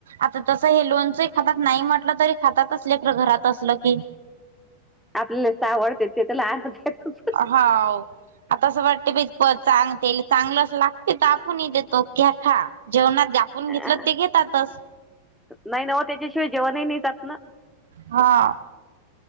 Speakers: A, on the right; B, in the centre.
A: आता तसं हे लोणचं खातात नाही म्हटलं तरी खातातच लेकरं घरात असलं की.
B: आपल्याल आवडत्यात ते त्याला आवडतेतच.
A: हाव, आता असं वाटते बाई. प चांग ते चांगलंच लागते तर आपण देतो घ्या खा जेवणा द्या. कोण
B: आहे
A: घेतलं ते घेतातच.
B: नाही ना ओ, त्याच्याशिवाय जेवण ही नाही जात ना.
A: हांव..